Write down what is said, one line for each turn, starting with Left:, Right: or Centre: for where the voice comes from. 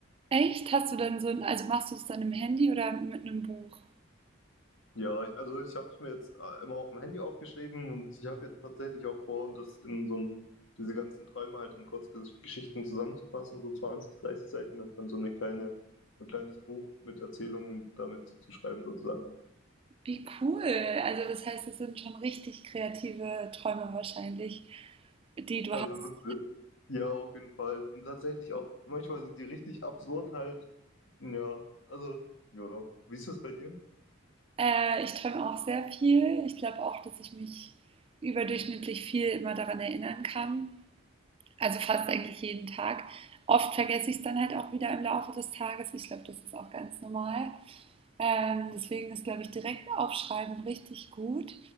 Right: Echt? Hast du dann so ein, also machst du es dann im Handy oder mit einem Buch?
Left: Ja, ich, also ich habe es mir jetzt äh, immer auf dem Handy aufgeschrieben und ich habe jetzt tatsächlich auch vor, das in so ein, diese ganzen Träume halt in Kurzgeschichten zusammenzufassen, so 20 30 Seiten und dann so eine kleine, so ein kleines Buch mit Erzählungen damit zu schreiben sozusagen.
Right: Wie cool. Also das heißt, es sind schon richtig kreative Träume wahrscheinlich, die du
Left: Also
Right: hast.
Left: sind- ja, auf jeden Fall. Und tatsächlich auch, manchmal sind die richtig absurd halt. Ja, also ja. Wie ist das bei dir?
Right: Äh, ich träume auch sehr viel. Ich glaube auch, dass ich mich überdurchschnittlich viel immer daran erinnern kann. Also fast eigentlich jeden Tag. Oft vergesse ich es dann halt auch wieder im Laufe des Tages. Ich glaube, das ist auch ganz normal. Ähm, deswegen ist, glaube ich, direkt aufschreiben richtig gut.